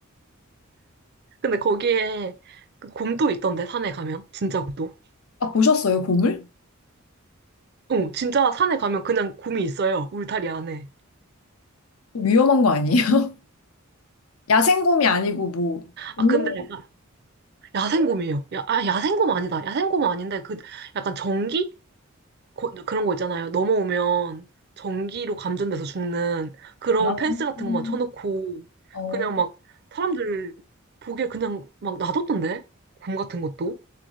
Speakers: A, on the right (about 50°); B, on the left (about 85°).
A: 근데 거기에 그 곰도 있던데, 산에 가면. 진짜 곰도.
B: 아, 보셨어요, 곰을?
A: 어, 진짜 산에 가면 그냥 곰이 있어요, 울타리 안에.
B: 위험한 거 아니에요? <laughs> 야생곰이 아니고 뭐, 동물-
A: 아, 근데 약간 야생곰이에요. 야, 아, 야생곰 아니다. 야생곰은 아닌데, 그 약간 전기? 거- 그런 거 있잖아요. 넘어오면 전기로 감전돼서 죽는 그런
B: 아,
A: 펜스 같은
B: 음.
A: 것만 쳐놓고
B: 어,
A: 그냥 막 사람들 보기에 그냥 막 놔뒀던데? 곰 같은 것도?